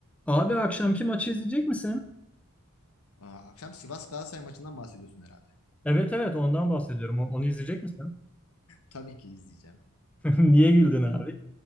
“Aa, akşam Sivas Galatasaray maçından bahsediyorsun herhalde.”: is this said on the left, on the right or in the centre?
Left